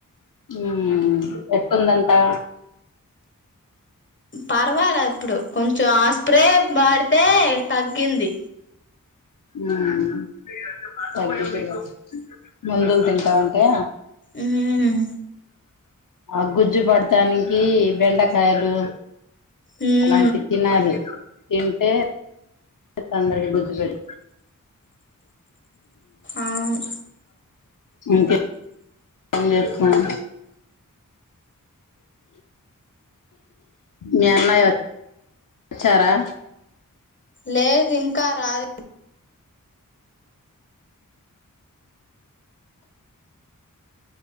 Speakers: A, on the left (about 70°); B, on the left (about 35°).
A: ఉమ్ ఎట్లుందంటా
B: పర్వాలే ఇప్పుడు కొంచెం ఆ స్ప్రే వాడితే తగ్గింది
A: ఉమ్ తగిద్దిలే మందులు తింటా ఉంటే
B: ఉమ్
A: ఆ గుజ్జు పడతానికి బెండకాయలు
B: ఉమ్
A: అలాంటి తినాలి తింటే తొందరగా గుజ్జు పెడ్
B: అవును
A: ఇంకేం చేస్తావ్ మీ అన్నయ్య వచ్చారా
B: లేదు ఇంకా రాలె